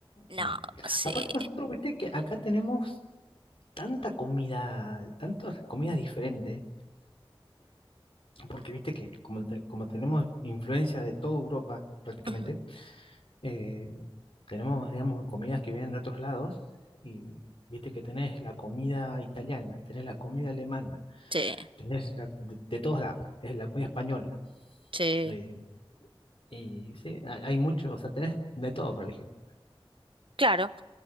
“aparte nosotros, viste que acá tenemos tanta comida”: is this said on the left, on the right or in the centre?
Left